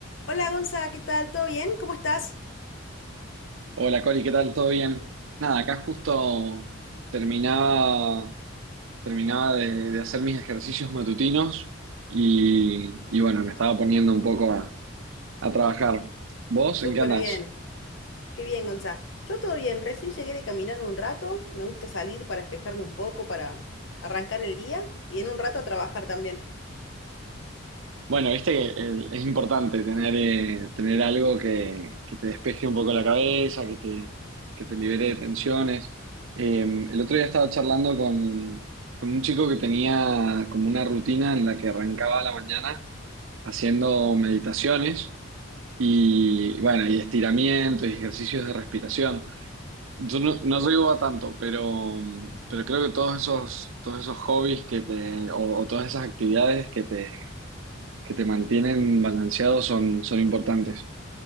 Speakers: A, on the left; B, on the right.
A: Hola Gonza, ¿qué tal? ¿Todo bien? ¿Cómo estás?
B: Hola Cori, ¿qué tal? ¿Todo bien? Nada, acá justo terminaba, terminaba de, de hacer mis ejercicios matutinos y, y bueno, me estaba poniendo un poco a, a trabajar. ¿Vos
A: Súper
B: en qué andás?
A: bien. Qué bien, Gonza. Yo todo bien. Recién llegué de caminar un rato. Me gusta salir para despejarme un poco, para arrancar el día y en un rato a trabajar también.
B: Bueno, viste que el- es importante tener, eh, tener algo que, que te despeje un poco la cabeza, que te, que te libere de tensiones. Eh, el otro día estaba charlando con, con un chico que tenía como una rutina en la que arrancaba a la mañana haciendo meditaciones y, bueno, y estiramientos y ejercicios de respiración. Yo no, no llego a tanto, pero, pero creo que todos esos, todos esos hobbies que te, o, o todas esas actividades que te que te mantienen balanceado son, son importantes.